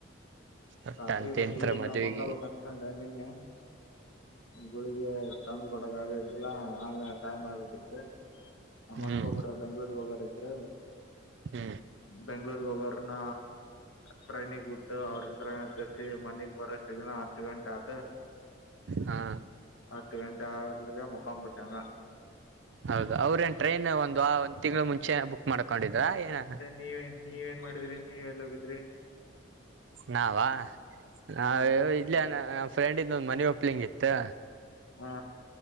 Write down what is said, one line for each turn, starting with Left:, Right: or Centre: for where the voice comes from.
Right: ಒಟ್ಟ
Left: ರಾತ್ರಿ
Right: ಅಂತಿಂತ್ರ
Left: ನಾಗ ಉಳಗಿತ
Right: ಮದ್ವಿಗೆ
Left: ಮಕ್ಕ ಬಕ್ ಅನ್ಕೊಂಡೆ ನಿನ್ನೆ ಗುಳಗ್ಗೆ ತಂದು ಕೊಡ ಆಗಿಲ್ಲ ಆಲ್ಲ ಟೈಮ್ ಆಗ್ಬೇಕಿತ್ತು ನಮ್ಮ
Right: ಹ್ಮ್
Left: ಅಕ್ಕೊಬ್ಬರ ಬೆಂಗ್ಳೂರ್ಗ್ ಹೋಗಾರ ಇದ್ರೆ
Right: ಹ್ಮ
Left: ಬೆಂಗ್ಳೂರ್ಗ್ ಒಬ್ಬರ್ನ ಟ್ರೈನಿಗೆ ಬಿಟ್ಟು ಅವ್ರ ಹ ಮನೆಗ್ ಬರಸ್ತಿದನ ಹತ್ತು ಗಂಟೆ ಆತ
Right: ಹಾ
Left: ಹತ್ತು ಗಂಟೆ ಆಗರ್ಲಗೆ ಮುಖಾಂಬತಂಗ
Right: ಹೌದು ಅವ್ರ ಏನ್ ಟ್ರೈನ್ ಒಂದು ಆ ಒಂದ್ ತಿಂಗಳು ಮುಂಚೆ ಬುಕ್ ಮಾಡ್ಕೊಂಡಿದ್ರಾ ಏನ
Left: ನೀವ ನೀವೇನ್ ಮಾಡಿದ್ರಿ ನೀವ್ ಎಲ್ಲಿೋಗಿದ್ರಿ
Right: ನಾವ ನಾವ
Left: ಹ
Right: ಇ ನ ಫ್ರೆಂಡಿಂದೊ್ ಮನ ಒಪ್ಲಿಂಗಿತ್ತು
Left: ಹಾ